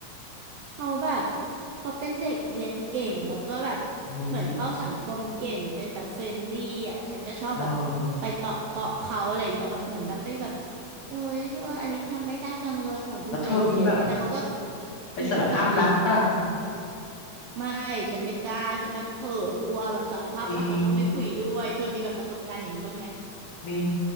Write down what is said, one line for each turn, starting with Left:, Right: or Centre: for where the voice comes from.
Right: เขาแบบเขาเป็นเด็กเรียนเก่งแล้วก็แบบ
Left: โอ้ย
Right: เหมือนเข้าสังคมเก่งเป็นแบบเฟรนลี่อะแล้วฉันก็ชอบแบบไปเตาะเตาะเขาอะไรอย่างเงี้ยแบบเหมือนแบบไปแบบ
Left: เออ
Right: โอ๊ยเธออันนี้ทำไม่ได้จังเลยขอดูหน่อยสิอะไรเงี้ยแต่เขาก็
Left: แล้วเธอมีแบบไปสารภาพรักป่ะ
Right: มีน้ำใจนะไม่ฉันไม่กล้าฉันแบบเขินกลัวแบบสารภาพรักแล้วเขาไม่คุยด้วยเธอมีแบบประสบการณ์อย่างนี้บ้างไหม
Left: จริง มี